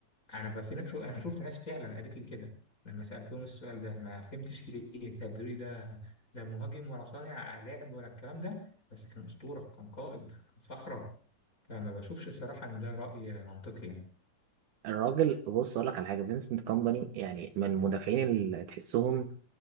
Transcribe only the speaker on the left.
أنا بقى في نفسه أنا شفت ناس فعلا قالت لي كده لما سألتهم السؤال ده ما فهمتش ليه طب بيقولوا لي ده لا مهاجم ولا صانع لعب ولا الكلام ده بس كان أسطورة كان قائد كان صخرة فما بشوفش الصراحة إن ده رأي منطقي يعني